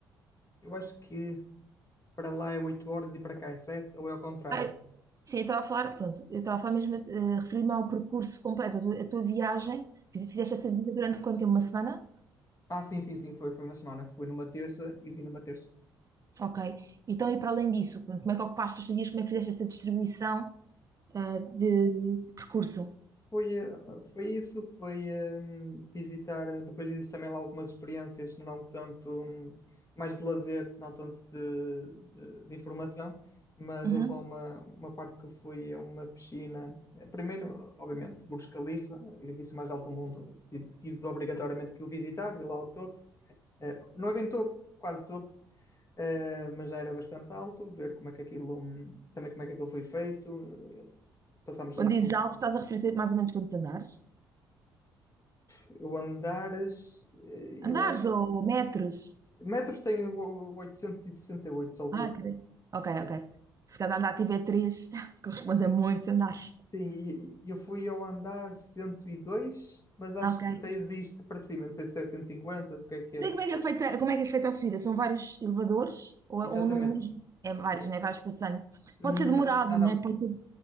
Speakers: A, on the left; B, on the right.
A: eu acho que para lá é 8 horas e para cá é 7 ou é ao contrário.
B: Ah, sim, eu estava a falar, pronto, eu estava a falar mesmo, eh, referir-me ao percurso completo, a tua, a tua viagem, Fiz- fizeste essa visita durante quanto tempo? Uma semana?
A: Ah, sim, sim, sim, foi, foi uma semana. Fui numa terça e vim numa terça.
B: Ok. Então, e para além disso, pronto, como é que ocupaste os teus dias, como é que fizeste essa distribuição? ah, de percurso.
A: Foi, eh, foi isso, foi eh, visitar, depois existe também lá algumas experiências, não tanto, hum, mais de lazer, não tanto de, de- de informação, mas
B: Uhum.
A: houve lá uma, uma parte que eu fui a uma piscina, Eh, primeiro, obviamente, Burj Khalifa, edifício mais alto do mundo, tive tive obrigatoriamente que o visitar, ir lá ao topo, Eh, não é bem topo, quase topo, eh, mas já era bastante alto, ver como é que aquilo, hum, também como é que aquilo foi feito, eh, passámos
B: Quando
A: ali por
B: dizes
A: um
B: alto, estás a referir-te mais ou menos quantos andares?
A: Eu andares, eh, eu
B: Andares
A: acho que.
B: ou metros?
A: Metros tem o 868, salvo
B: Ah,
A: erro.
B: ok. Ok,
A: É.
B: ok. Se cada andar tiver três, <laughs> corresponde a muitos andares.
A: Sim, e- e eu fui ao andar 102, mas acho
B: Ah, ok.
A: que ainda existe para cima. Não sei se é 150, o que é que é.
B: Então, e como é
A: Eh,
B: que é feita, como é que é feita a subida? São vários elevadores ou,
A: Exatamente.
B: é- ou num mesmo? É vários,
A: Eh,
B: né? Vais passando.
A: n-
B: Pode ser demorado,
A: Não, não.
B: né? Pode ser-